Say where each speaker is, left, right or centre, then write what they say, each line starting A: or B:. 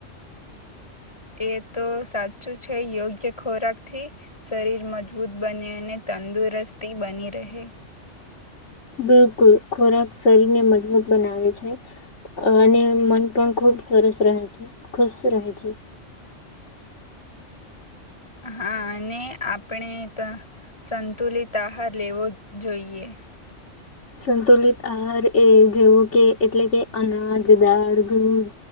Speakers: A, on the left; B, on the left.
A: એ તો સાચું છે યોગ્ય ખોરાકથી શરીર મજબૂત બને અને તંદુરસ્તી બની રહે
B: બિલકુલ ખોરાક શરીરને મજબૂત બનાવે છે અને મન પણ ખૂબ સરસ રહે છે ખુશ રહે છે.
A: હા અને આપણે સંતુલિત આહાર લેવો જોઈએ.
B: સંતુલિત આહાર એ જેવો કે એટલે કે અનાજ દાળ દૂધ